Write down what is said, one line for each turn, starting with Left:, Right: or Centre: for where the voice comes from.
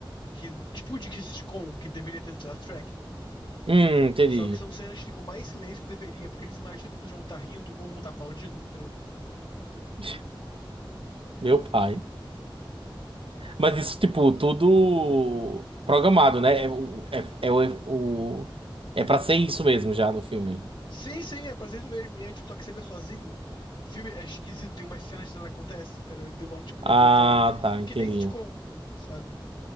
Left: que. Tipo, de Crisis Con, que deveria ter titled track.
Right: Hum, entendi.
Left: Só que são cenas que ficam mais silêncio que deveria, porque eles imaginam que vocês vão estar rindo ou vão estar aplaudindo, entendeu?
Right: <laughs> Meu pai. Mas isso, tipo, tudo programado, né? É, o- é, é, o, o- é pra ser isso mesmo já no filme.
Left: Sim, sim, é pra ser isso mesmo. E é, tipo, só que você vê sozinho. O filme é esquisito, tem umas cenas que não acontecem, entendeu? Que demora, tipo, dentro
Right: Ah,
Left: de uma falar.
Right: tá, entendi.
Left: Que nem sitcom, sabe?